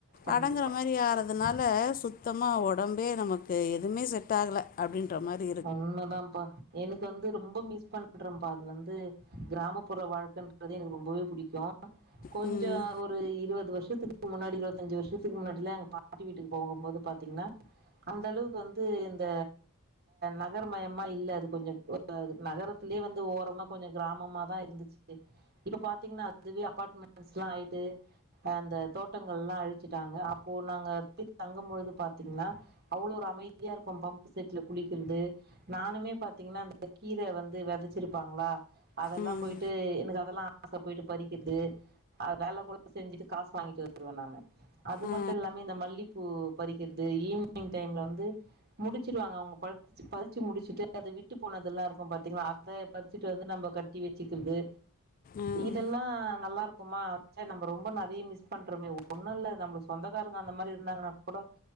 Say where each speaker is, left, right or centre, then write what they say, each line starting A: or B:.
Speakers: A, on the right (about 50°); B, on the left (about 40°).
A: கண்டிப்பா
B: அடங்குற மாரி ஆறது அதனால சுத்தமா ஒடம்பே நமக்கு எதுவுமே செட் ஆகல அப்படின்ற மாரி
A: உண்மைதாப்பா எனக்கு வந்து ரொம்ப மிஸ் பண்ண ன்ற பா அது வந்து கிராமப்புற வாழ்க்கன்றது எனக்கு ரொம்பவே புடிக்கோ கொஞ்சோ
B: ம்
A: ஒரு இருபது வருஷ் வருஷத்துக்கு முன்னாடி இருபத்தஞ்சு வருஷத்துக்கு முன்னாடிிலாம் எங்க பாட்டி வீட்டுக்கு போகும் போது பாத்தீங்கன்னா அந்த அளவுக்கு வந்து இந்த நகர் மயமா இல்ல அது கொஞ்சம் நகரத்திலேயே வந்து ஓரமா கொஞ்சம் கிராமமாதா இருந்துச்சு இப்ப பாத்தீங்கன்னா அதுவே அபார்ட்மெண்ட்ஸ் எல்லாம் ஆயிட்டு அஹ் அந்த தோட்டங்கள் எல்லாம் அழிச்சுட்டாங்க அப்போ நாங்க போய் தங்கும் பொழுது பாத்தீங்கன்னா அவ்வளவு ஒரு அமைதியா இருக்கும் பம்ப செட்ல குளிக்க இரு நானுமே பா்த்தீங்கன்னா அந்த கீர வந்து வெதைச்சிருப்பாங்களா அதெல்லா
B: ம்
A: போயிட்டு எனக் அ அதல்லா ஆசை போய்ட்டு பறிக்கிறது வேல கூட செஞ்சுட்டு காசு வாங்கிட்டு வருவே நா அது
B: ஆ
A: மட்டு இல்லாம இந்த மல்லிப்பூ பறிக்கிறது ஈவினிங் டைம்ல வந்து முடிச்சவாங்க அவுங்க பறிச்ச பறிச்சு முடிச்சுட்டு அது விட்டு போனதெல்லாம் இருக்கோ பார்த்தீங்களன்னா அத பறிச்சுட்டு வந்து நம்ம கட்டி வெச்சுக்கிறது
B: ஆ
A: இதெல்லா நல்லா இருக் நம ரொம்ப நிறைய மிஸ் பண்றோமே ஒண்ணும் இல்ல நம்ம சொந்தக்காரங்க அந்த மாதிரி இருந்தாங்கன்னா கூட